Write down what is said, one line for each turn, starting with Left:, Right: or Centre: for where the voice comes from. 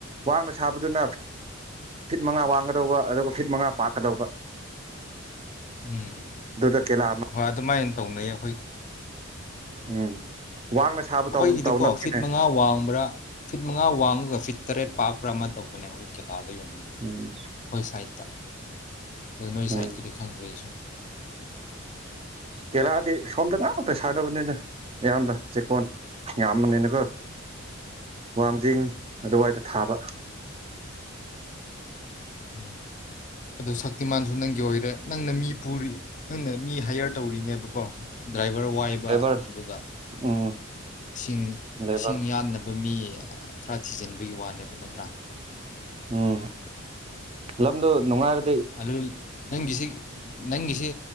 Right: ꯋꯥꯡꯅ ꯁꯥꯕꯗꯨꯅ ꯐꯤꯠ ꯃꯉꯥ ꯋꯥꯡꯒꯗꯧꯕ ꯑꯗꯨꯒ ꯐꯤꯠ ꯃꯉꯥ ꯄꯥꯛꯀꯗꯧꯕ
Left: ꯎꯝ
Right: ꯑꯗꯨꯗ ꯀꯦꯂꯥ ꯑꯃ
Left: ꯍꯣꯏ ꯑꯗꯨꯃꯥꯏꯅ ꯇꯧꯅꯩꯌꯦ
Right: ꯎꯝ ꯋꯥꯡꯅ ꯁꯥꯕ
Left: ꯑꯩꯈꯣꯏꯒꯤꯗꯤꯀꯣ
Right: ꯇꯧꯅꯕꯒꯤꯅꯦ
Left: ꯐꯤꯠ ꯃꯉꯥ ꯋꯥꯡꯕ꯭ꯔꯥ ꯐꯤꯠ ꯃꯉꯥ ꯋꯥꯡꯉꯒ ꯐꯤꯠ ꯇꯔꯦꯠ ꯄꯥꯞꯕ꯭ꯔꯥ ꯑꯃ ꯇꯧꯕꯅꯦ ꯍꯣꯏ ꯇꯥꯗ ꯌꯣꯟ
Right: ꯎꯝ
Left: ꯍꯣꯏ ꯁꯥꯏꯠꯇ ꯑꯗꯨ ꯅꯣꯏ
Right: ꯎꯝ
Left: ꯁꯥꯏꯠꯀꯤꯗꯤ ꯈꯪꯗꯔꯤ ꯑꯩꯁꯨ
Right: ꯀꯦꯔꯥꯗꯤ ꯁꯣꯝꯗ ꯉꯥꯛꯇ ꯁꯥꯟꯅꯕꯅꯤꯅ ꯑꯌꯥꯝꯕ ꯆꯦꯛꯀꯣꯟ ꯌꯥꯝꯕꯅꯤꯅꯀꯣ ꯋꯥꯡꯖꯤꯡ ꯑꯗꯨꯋꯥꯏꯗ ꯊꯥꯕ
Left: ꯎꯝ ꯑꯗꯨ ꯁꯛꯇꯤꯃꯥꯟꯁꯨ ꯅꯪꯒꯤ ꯑꯣꯏꯔꯦ ꯅꯪꯅ ꯃꯤ ꯄꯨꯔꯤ ꯅꯪꯅ ꯃꯤ ꯍꯥꯏꯌꯔ ꯇꯧꯔꯤꯅꯦꯕꯀꯣ ꯗ꯭ꯔꯚꯔ ꯕꯔ ꯋꯥꯏꯕ
Right: ꯂꯦꯕꯔ
Left: ꯑꯗꯨꯒ
Right: ꯎꯝ
Left: ꯏꯁꯤꯡ
Right: ꯂꯦꯕꯔ
Left: ꯏꯁꯤꯡ ꯌꯥꯟꯅꯕ ꯃꯤ ꯈꯔ ꯊꯤꯖꯤꯟꯕꯒꯤ ꯋꯥꯅꯦꯕ ꯅꯠꯇ
Right: ꯎꯝ ꯂꯝꯗꯣ ꯅꯨꯡꯉꯥꯏꯔ
Left: ꯑꯗꯨ ꯅꯪꯒꯤꯁꯤ ꯅꯪꯒꯤꯁꯤ